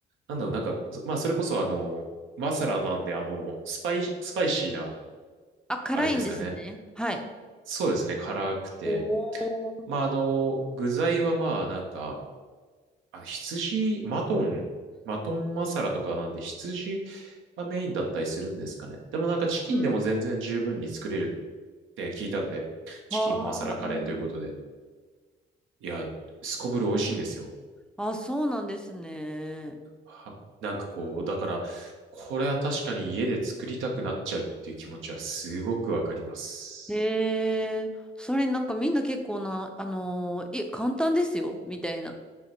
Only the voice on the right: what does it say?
なんだろう、なんか、まあ、それこそあの、マサラなんで、あの、スパイ、スパイシーな、
あれですかね。
そうですね、辛くて。
まあ、あの、具材はまあ、なんか、あ、羊、マトン、マトンマサラとかなんで、羊がメインだったりするんですかね。でもなんか、チキンでも全然十分に作れるって聞いたんで、
チキンマサラカレーということで。いや、すこぶる美味しいんですよ。
は、なんかこう、だから、これは確かに家で作りたくなっちゃうっていう気持ちはすごくわかります。